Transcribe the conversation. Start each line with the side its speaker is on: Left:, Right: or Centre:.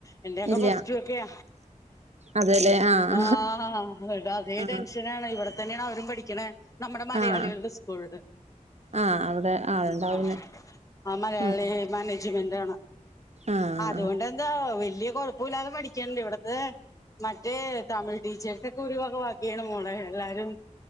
Left: എന്റെയൊക്കെ
Right: ഇല്ല
Left: പ്ലസ്ടു ഒക്കെയ
Right: അതെല്ലേ ആഹ്
Left: ആ ഈടെ അതേ
Right: ആഹ്
Left: ടെൻഷനാണ് ഇവിടെ ഇതെന്നെയാണവരും പഠിക്കണേ നമ്മടെ മലയാളികളുടെ
Right: ആഹ്
Left: സ്കൂളില്
Right: ആഹ് അവിടെ ആളുണ്ടാവൂലേ
Left: ഹാ ആ മലയാളി
Right: ആഹ്
Left: മാനേജ്മെന്റാണ്
Right: ആഹ്
Left: അതുകൊണ്ടെന്താ വല്യ കൊഴപ്പോല്ലാതെ പഠിക്കനണ്ട് ഇവിടത്തെ മറ്റേ തമിഴ്ടീച്ചേഴ്സൊക്കെ ഒരുവക വാകയാണ് മോളെ എല്ലാരും